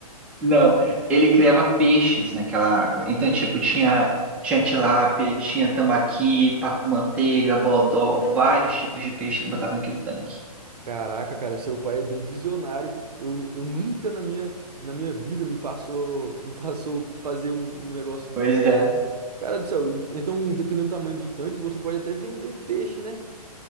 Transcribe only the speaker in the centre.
Não, ele criava peixes naquela água. Então, tipo, tinha, tinha tilápia, tinha tambaqui, pacu-manteiga, bodó, vários tipos de peixe ele botava naquele tanque.
Pois
é.